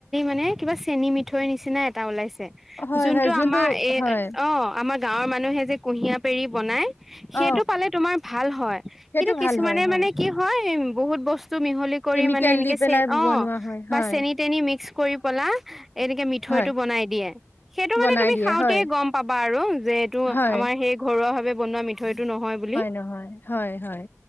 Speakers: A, in the centre; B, on the left.
A: এ কিবা চেনি মিথৈ নিচিনা এটা ওলাইছ-
B: হয়
A: যোনটো
B: হয়
A: আমাৰ এই
B: হয়
A: অ আমাৰ গাঁৱৰ মানুহে যে কুঁহিয়াৰ পেৰি বনাই। সেইটো
B: অ
A: পালে তোমাৰ ভাল হয়
B: সেইটো
A: কিন্তু কিছুমানে
B: ভাল হয় হয়
A: মানে কি হয় বহুত বস্ত- মিহলি কৰি
B: কেমিকেল
A: মানে এনেকে
B: দি পেলাই
A: চ অ'
B: বনোৱা হয়,
A: বা
B: হয়,
A: চেনি তেনি মিক্স কৰি পলা- এনেকে মিথৈটো
B: হয়,
A: বনাই দিয়ে। সেইটো
B: বনাই
A: মানে তুমি
B: দিয়ে
A: খাওঁতে
B: হয়,
A: গম পাবা আৰু যে এইটো
B: হয়।
A: আমাৰ সে- ঘৰুৱা ভাৱে। মিঠৈতটো নহয় বুলি
B: নহয়, হয়, হয়,